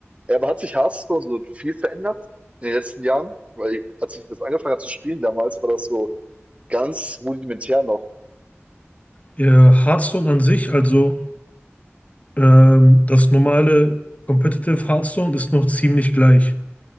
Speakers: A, on the right; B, on the left.
A: Ja, aber hat sich Hearthstone so viel verändert in den letzten Jahren? Weil als ich das angefangen habe zu spielen damals, war das so ganz rudimentär noch.
B: Ja, Hearthstone an sich, also ähm, das normale Competitive Hearthstone ist noch ziemlich gleich.